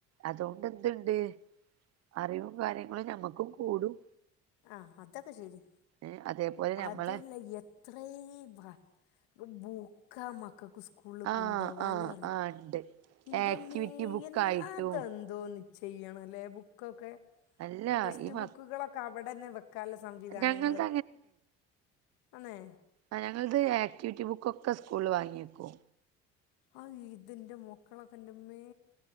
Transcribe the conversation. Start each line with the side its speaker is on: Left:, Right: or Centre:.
Right: അത്കൊണ്ട് എന്ത്‌ണ്ട് അറിവും കാര്യങ്ങെളും ഞമ്മെക്കും കൂടും
Left: ആഹ് അതൊക്കെ ശര്യാ
Right: ഏ അതേപോലെ ഞമ്മളെ
Left: അതും അല്ല എ ത്രേം വാ ബൂക്കാ മക്കക്ക് സ് സ്കൂൾല്
Right: ആഹ്
Left: കുണ്ടവാന്
Right: ആഹ്
Left: അറ്യോ
Right: ആഹ് ഇണ്ട്
Left: ഇന്റെമ്മേ
Right: ആക്ടിവിറ്റി ബുക്കായിട്ടും
Left: എൻ അതെ ന്തോന്ന് ചെയ്യണലേ ബുക്കൊക്കെ
Right: അല്ല
Left: ടെസ്റ്റ്
Right: ഈ മ
Left: ബുക്ക്കളൊക്കെ അവെടെന്നെ വെ ക്കാല്ലെ സംവിധാനങ്ങെള്
Right: ഞങ്ങൾത്
Left: അന്നേ
Right: ആഹ് ഞങ്ങൾത് ആക്ടിവിറ്റി ബുക്കൊക്കെ സ്കൂളിൽ വാങ്ങി വെക്കും
Left: അഹ് ഇതന്റെ മക്കളൊക്കെ ഇന്റെമ്മേ